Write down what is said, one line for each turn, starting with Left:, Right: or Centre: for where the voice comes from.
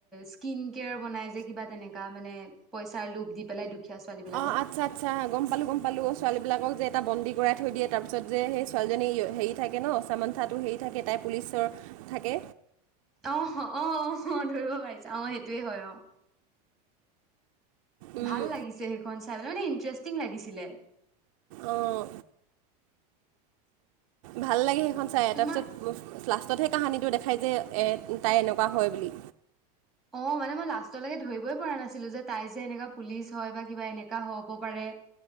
Centre: স্কিন কেয়াৰ বনাই যে কিবা তেনেকা মানে পইচাৰ লোভ দি পেলাই দুখীয়া ছোৱালী বিলাক
Right: অহ, আচ্ছা -আচ্ছা গম পালো -গম পালো ছোৱালী বিলাকক যে এটা বন্দী ভৰাই থৈ দিয়ে তাৰ পিছত যে সেই ছোৱালীজনী হেৰি থাকে ন' চামান্থাটো হেৰি থাকে তাই পুলিচৰ থাকে।
Centre: অহ, অ', অ', ধৰিব পাৰিছা অহ সেইটোয়ে হয় অ',।
Right: উম,
Centre: ভাল লাগিছে সেইখন চাই পাই মানে ইন্টাৰেষ্টিং লাগিছিলে।
Right: অঁ ভাল লাগে সেইখন চাই
Centre: তোমাৰ
Right: তাৰপিছত লাষ্টতহে কাহানীটো দেখাই যে এ তাই এনেকুৱা হয় বুলি।
Centre: অহ, মানে মই লাষ্টলৈকে ধৰিবই পৰা নাছিলো যে তাই যে এনেকা পুলিচ হয় বা কিবা এনেকা হব পাৰে।